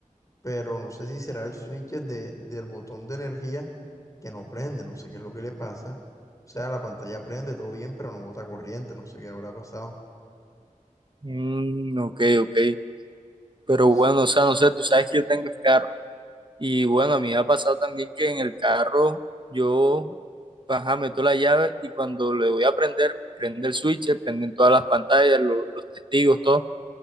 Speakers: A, on the left; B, on the right.
A: Pero no sé si será el switch de, del botón de energía que no prende, no sé qué es lo que le pasa. O sea, la pantalla prende, todo bien, pero no bota corriente, no sé qué habrá pasado.
B: Mm, ok, ok. Pero
A: Sí.
B: bueno, o sea, no sé, tú sabes que yo tengo es carro. Y bueno, a mí me ha pasado también que en el carro yo ajá, meto la llave y cuando le voy a prender, prende el switch, eh, prenden todas las pantallas, lo- los testigos, todo,